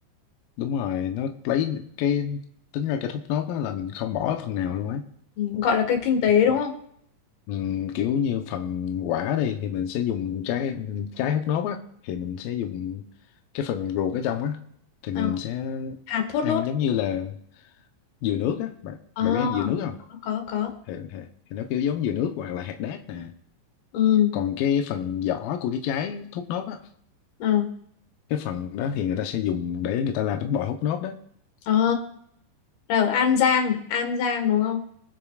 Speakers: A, on the left; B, on the left.
A: đúng rồi nó lấy cái tính ra cây thốt nốt á là mình không bỏ phần nào luôn á
B: Ừ, Gọi là cây kinh tế đúng
A: Vâng.
B: không?
A: Ừm, kiểu như phần quả đi thì mình sẽ dùng trái trái hút nốt á thì mình sẽ dùng cái phần ruột ở trong á thì
B: Ờ,
A: mình sẽ
B: hạt thốt
A: ăn
B: nốt.
A: giống như là dừa nước á bạn
B: À,
A: bạn biết ăn dừa nước không
B: có có.
A: thì, thì, thì nó kiểu giống dừa nước hoặc là hạt đác nè
B: Ừ.
A: còn cái phần vỏ của cái trái hút nốt á
B: ờ.
A: cái phần đó thì người ta sẽ dùng để người ta làm bánh bò hút nốt đó
B: Ờ, là ở An Giang, An Giang đúng không?